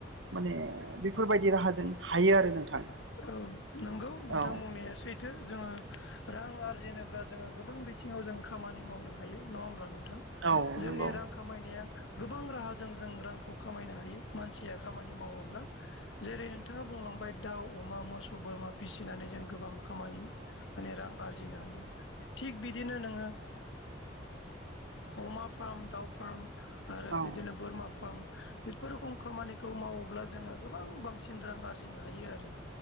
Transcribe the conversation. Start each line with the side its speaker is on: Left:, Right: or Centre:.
Right: माने बेफोरबायदि राहाजों हायो आरो नोंथां
Left: औ नंगौ नोंथां
Right: औ
Left: बुंनाया सुइथ जोङो रां आरजिनोब्ला जोङो गोबां बिथिङाव जों खामानि माव मावनो हायो नङा होमब्ला नोंथां
Right: औ
Left: जोंनि
Right: नंगौ
Left: रां खामायनाया गोबां राहाजों जों रांखौ खामायनो हायो मानसिया खामानि मावोब्ला जेरै नोंथाङा बुंलांबाय दाउ अमा मोसौ बोरमा फिसिनानै जों गोबां खामानि माने रां आरजिनो हायो। थिग बिदिनो नोङो अमा फार्म दााव फार्म आरो
Right: औ
Left: बदि बर मा फारम बेफोर रोखोम खामानिखौ मावोब्ला जोङो गोबां बांसिन रां आरजिनो हायो आरो